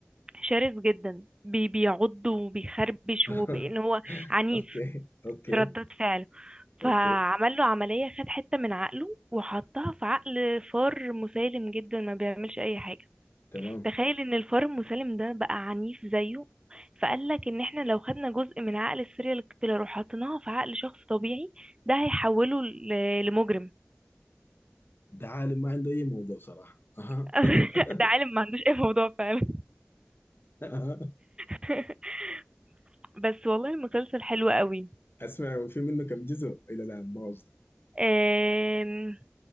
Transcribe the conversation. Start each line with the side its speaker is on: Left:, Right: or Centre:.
Right: شرس جدا بي... بيعض وبيخربش
Left: <laughs>
Right: وبان هو عنيف
Left: اوكي اوكي
Right: في ردات فعله
Left: اوكي
Right: فعمل له عملية خد حتة من عقله وحطها في عقل فار مسالم جدا ما بيعملش اي حاجة
Left: تمام
Right: تخيل ان الفار المسالم ده بقى عنيف زيه فقال لك ان احنا لو خدنا جزء من عقل السيريال كيلر وحطيناه في عقل شخص طبيعي ده هيحوله ل- لمجرم
Left: ده عالم ما عنده اي موضوع صراحه اها
Right: <laughs>
Left: <laughs>
Right: ده عالم ما عندوش اي موضوع فعلا
Left: اها
Right: <laughs> بس والله المسلسل حلو قوي
Left: اسمع وفي منه كم جزء الى الان ما قصده
Right: آم،